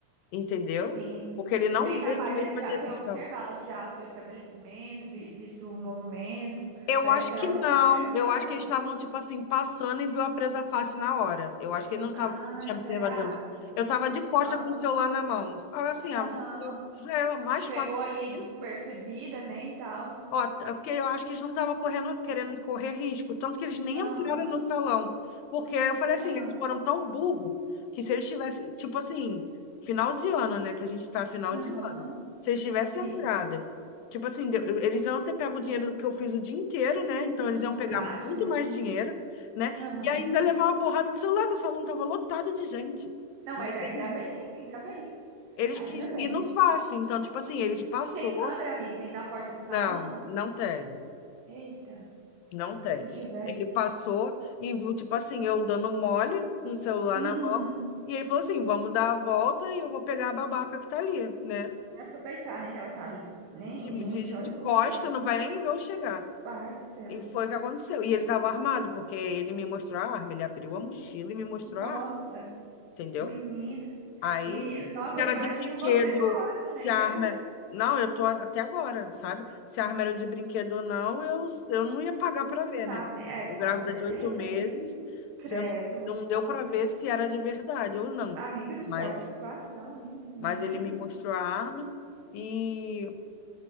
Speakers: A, on the left (about 85°); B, on the right (about 80°).
A: entendeu?
B: Sim.
A: Porque ele não
B: Bem
A: veio
B: capaz
A: na mesma
B: dele já
A: direção.
B: ter observado já o seu estabelecimento, vi- visto o movimento,
A: Eu
B: para
A: acho
B: esperar
A: que
B: o momento
A: não.
B: certo de
A: Eu
B: agir.
A: acho que eles estavam, tipo assim, passando e viu a presa fácil na hora. Eu acho que ele não estava,
B: Ah,
A: não tinha
B: será,
A: observado antes.
B: amiga?
A: Eu tava de costa
B: Nossa.
A: com o celular na mão. Agora, assim, a-
B: Aham.
A: era mais
B: Te pegou
A: fácil
B: ali
A: que
B: despercebida,
A: isso.
B: né, e tal.
A: Ó, t- é porque eu acho que eles não estavam correndo, querendo correr risco, tanto que eles nem
B: Aham.
A: entraram no salão. Porque eu falei assim,
B: Aham.
A: eles foram tão burro que se eles tivessem, tipo assim, final de ano, né? Que a gente tá final
B: Aham.
A: de ano. Se eles tivessem
B: Sim.
A: entrada, tipo assim, deu- eu- eles iam ter pego o dinheiro que eu fiz o dia inteiro, né? Então eles iam
B: No
A: pegar
B: caixa,
A: muito
B: né?
A: mais dinheiro, né?
B: Aham.
A: E ainda levar uma porrada de celular, que o salão tava lotado de gente.
B: Não,
A: Mas
B: mas ainda
A: eles,
B: bem, ainda bem.
A: eles
B: Ainda
A: quis
B: bem.
A: ir no fácil. Então, tipo assim, eles passou.
B: E tem câmera, amiga, aí na porta do salão?
A: Não, não tem.
B: Eita,
A: Não tem.
B: se tivesse.
A: Ele passou e viu, tipo assim, eu dando mole com o celular
B: Uhum.
A: na mão. E ele falou assim: vamos dar a volta e eu vou pegar a babaca que tá ali, né?
B: Vai Aproveitar, né, que ela tá ali. Nem,
A: De,
B: gente,
A: de,
B: olha
A: de costa,
B: como pode.
A: não vai nem ver eu chegar.
B: Meu pai do céu.
A: E foi o que aconteceu. E ele tava armado, porque ele me mostrou a arma, ele abriu a mochila e me mostrou
B: Nossa,
A: a arma, entendeu?
B: menina.
A: Aí,
B: E, nossa,
A: se era
B: eu imagino
A: de brinquedo,
B: você na hora, menina,
A: se
B: ainda
A: a arma.
B: com.
A: é, Não, eu tô a- até agora, sabe? Se a arma era de brinquedo ou não, eu, eu não ia pagar pra
B: Não
A: ver,
B: sabe,
A: né?
B: né? É, com
A: Eu grávida
B: certeza,
A: de oito meses,
B: né?
A: você
B: Credo,
A: não, não
B: nossa.
A: deu pra ver se era de verdade ou não.
B: Amiga do
A: Mas,
B: céu, que situação, hein? Menina.
A: mas ele me mostrou a arma e.